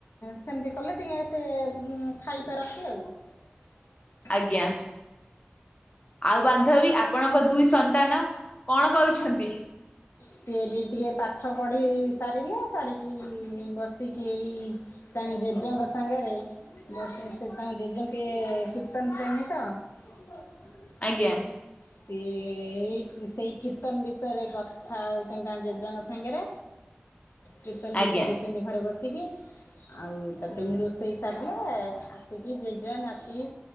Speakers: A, on the left; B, on the left.
A: ସେମିତି କଲେ ଟିକେ ସେ ଖାଇପାରନ୍ତି ଆଉ। <unintelligible>
B: ଆଜ୍ଞା। ଆଉ ବାନ୍ଧବୀ ଆପଣଙ୍କ ଦୁଇ ସନ୍ତାନ କଣ କରୁଛନ୍ତି?
A: ସିଏ ବି ଟିକେ ପା। ପାଠ ପଢ଼ି ସାରିଲେ ସାରିକି ବସିକି ଏଇ- ତାଙ୍କ ଜେଜେଙ୍କ ସାଙ୍ଗରେ ବସି ତାଙ୍କ ଜେଜେ ଟିକେ କୀର୍ତ୍ତନ ପ୍ରେମୀ ତଅ - <unintelligible>
B: ଆଜ୍ଞା।
A: ସିଏ ଏଇ ସେଇ କୀର୍ତ୍ତନ ବିଷୟରେ କଥା ହଉଛନ୍ତି ତାଙ୍କ ଜେଜେଙ୍କ ସାଙ୍ଗରେ କୀର୍ତ୍ତନ ବି
B: ଆଜ୍ଞା
A: କହିଛନ୍ତି ଘରେ ବସିକି। ଆଉ ତାପରେ ମୁଁ ରୋଷେଇ ସାରିଲେ ଆସିକି ଜେଜେ ନାତି-